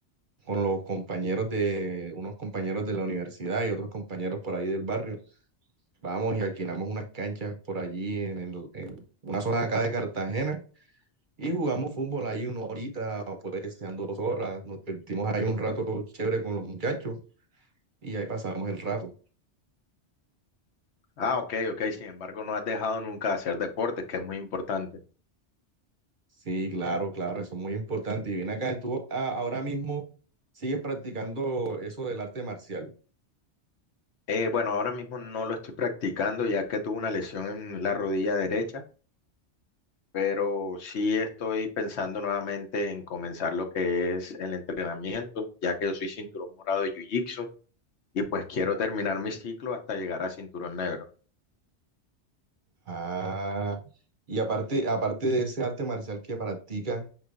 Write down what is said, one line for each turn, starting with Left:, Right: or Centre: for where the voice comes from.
Right: con los compañeros de, unos compañeros de la universidad y otros compañeros por ahí del barrio. Vamos y alquilamos unas canchas por allí en, el- en una zona de acá de Cartagena y jugamos fútbol ahí una horita, o puede que sean dos horas. Nos divertimos ahí un rato chévere con los muchachos y ahí pasamos el rato.
Left: Ah, ok, ok, sin embargo no has dejado nunca de hacer deportes, que es muy importante.
Right: Sí, claro, claro, eso es muy importante. Y ven acá, tú a- ahora mismo sigues practicando eso del arte marcial.
Left: Eh, bueno, ahora mismo no lo estoy practicando ya que tuve una lesión en la rodilla derecha, pero sí estoy pensando nuevamente en comenzar lo que es el entrenamiento, ya que yo soy cinturón morado de Jiu-Jitsu y pues quiero terminar mi ciclo hasta llegar a cinturón negro.
Right: Ah, y aparte, aparte de ese arte marcial que practicas,